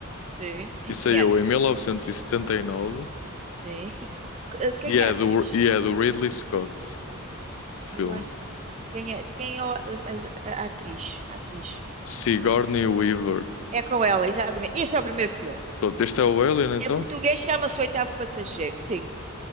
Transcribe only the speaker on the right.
sim. Em
que ano?
Sim. E que- que- quem
é a atriz?
Ridley Scott. Quem é, quem é a, a- a- a atriz? A atriz.
A atri-
É com ela, exatamente. Esse é o primeiro filme.
Em português chama-se Oitavo Passageiro, sim.